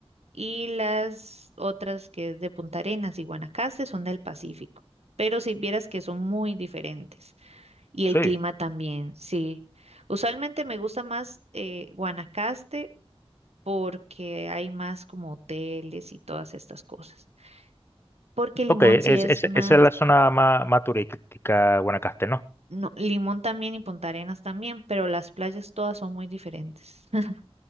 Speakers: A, on the right; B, on the left.
A: y las otras que es de Punta Arenas y Guanacaste son del Pacífico. Pero si vieras que son muy diferentes y
B: Sí.
A: el clima también, sí. Usualmente me gusta más eh, Guanacaste porque hay más como hoteles y todas estas cosas porque Limón
B: Ok, es,
A: sí es
B: es-
A: más
B: esa es la zona más, más turística, Guanacaste, ¿no?
A: No, Limón también y Punta Arenas también, pero las playas todas son muy diferentes. <laughs>